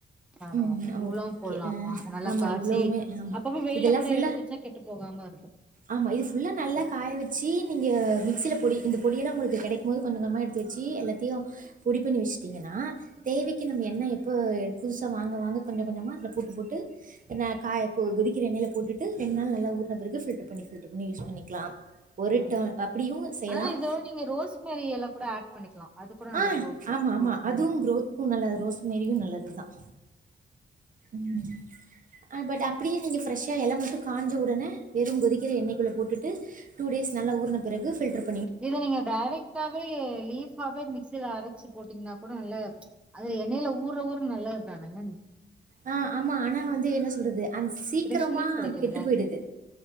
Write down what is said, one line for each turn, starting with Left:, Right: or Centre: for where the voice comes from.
Centre: பரவால
Right: ம்
Centre: இவ்வளவும்
Right: ஓகே
Centre: போடலாம்
Right: ஆ
Centre: அப்ப நல்ல
Right: ஆமா
Centre: காய்ச்சி
Right: இவ்ளவுமே ஆமா
Centre: அப்பப்ப வெயில
Right: இதெல்லா
Centre: கூட
Right: ஃபுல்லா
Centre: எடுத்து வச்சா கெட்டுப் போகாம இருக்கும்
Right: ஆமா இது ஃபுல்ல நல்லா காய வச்சு நீங்க மிக்சியில பொடி இந்த பொடியெல்லாம் உங்களுக்கு கெடைக்கும் மோது கொஞ்சம் கொஞ்சமா எடுத்து வச்சு எல்லாத்தியும் பொடிப் பண்ணி வச்சுட்டீங்கன்னா தேவைக்கு நம்ம எண்ணெய் எப்போ புதுசா வாங்க வாங்க கொஞ்ச கொஞ்சமா அதுல போட்டு போட்டு நா காய கொதிக்கிற எண்ணெயில போட்டுட்டு ரெண்டு நாள் நல்லா ஊர்ன பிறகு ஃபில்டர் பண்ணி ஃபில்டர் பண்ணி யூஸ் பண்ணிக்கலாம் ஒரு
Centre: சேரி
Right: டேர்ன்
Centre: சேரி
Right: அப்டியும் செய்யலாம்
Centre: ஆனா இதோட நீங்க ரோஸ்மேரி எல கூட ஆட் பண்ணிக்கலா அது கூட நல்லா
Right: ஆ
Centre: குரோத் வரு
Right: ஆமாமாம
Centre: ரோஸ்மேரி
Right: அதுவு
Centre: லீஃப்.
Right: க்ரோத்துக்கும் நல்லது ரோஸ் மேரியும் நல்லதுதான் ம் ஆ ஃபட் அப்டியே நீங்க ஃரெஷ்ஷா எல
Centre: சரி.
Right: மட்டும் காஞ்ச உடன வெறுங் கொதிக்கிற எண்ணெய்க்குள்ள போட்டு டூ டேஸ் நல்லா ஊர்ன பிறகு ஃபில்ட்ர்ப்
Centre: இது நீங்க டேரெக்டாவே லீஃப்பாவே மிக்சில அரைச்சு போட்டீங்கனா கூட நல்ல அது எண்ணயில ஊர்ற ஊர நல்லதுதானங்க
Right: ஆ ஆமா ஆனா வந்து என்ன சொல்றது அது சீக்கிரமா
Centre: ஃப்ரெஷ் லீஃப் கெடைக்குதுல்ல
Right: கெட்டு போயிடுது